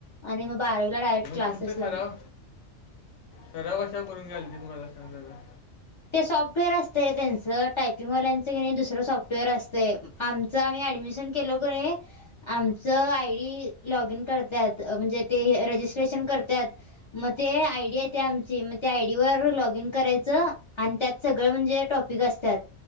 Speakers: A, on the left; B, on the left.
A: आणि मग बारावीला डायरेक्ट क्लासेस
B: तुमचा
A: लावले
B: सराव सराव कशावर करून घ्यालतीत मला सांग जरा
A: ते सॉफ्टवेअर असतय त्यांचं टायपिंगवाल्याच कणी दुसरं सॉफ्टवेअर सॉफ्टवेअर असतय आमच आम्ही ऍडमिशन केलो कणी आमचं आय डी लॉगइन करत्यात म्हणजे ते रजिस्ट्रेशन करत्यात मग ते आय डी आहे ती आमची,, मग त्या आयडीवर लॉग इन करायचं आणि त्यात सगळं म्हणजे टॉपिक असत्यात.